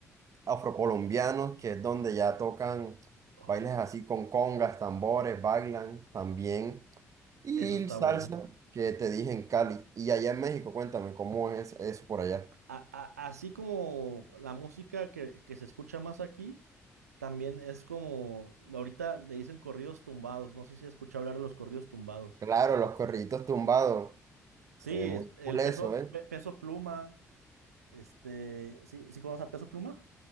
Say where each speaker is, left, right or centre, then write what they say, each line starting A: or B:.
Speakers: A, on the right (about 40°); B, on the right (about 85°).
A: afrocolombianos, que es donde ya tocan
B: Oh,
A: bailes así con congas, tambores, bailan también. Y
B: eso
A: el
B: está
A: salsa,
B: bueno.
A: que te dije en Cali. Y allá en México, cuéntame, ¿cómo es eso por allá?
B: A- a- así como la música que, que se escucha más aquí, también es como, ahorita le dicen corridos tumbados. No sé si has escuchado hablar de los corridos tumbados.
A: Claro, los corriditos tumbados,
B: Sí,
A: eh, muy
B: es- el
A: cool eso,
B: peso,
A: ¿eh?
B: pe- peso pluma, este, ¿sí, sí conoces a peso pluma?